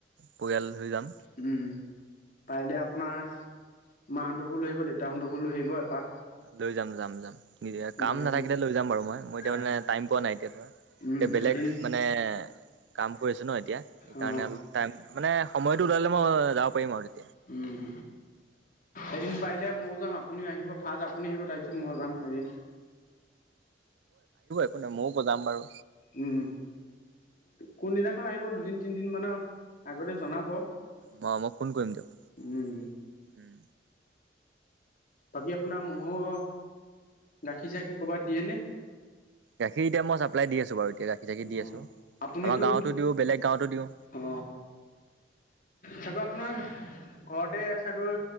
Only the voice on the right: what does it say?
পৰিয়াল হৈ যাম।
লৈ যাম যাম যাম নি
কাম নাথাকিলে
লৈ যাম বাৰু মই মইতিয়া
মে টাইম পোৱা নাই এতিয়া ধৰা
এয়া বেলেগ
মানে কাম কৰিছোঁ ন এতিয়া সেইকাৰণে
অলপ টাইম মানে সময়টো ওলালে মই যাব পাৰিম আৰু তেতিয়া
তেনে ময়ো ব যাম বাৰু।
ম মই ফোন কৰিম দিয়ক
উম।
গাখীৰ এতিয়া মই চাপ্লাই দি আছো বাৰু। এতিয়া গাখীৰ চাখীৰ
দি আছো
আমাৰ গাঁৱতো দিওঁ বেলেগ গাঁৱতো দিওঁ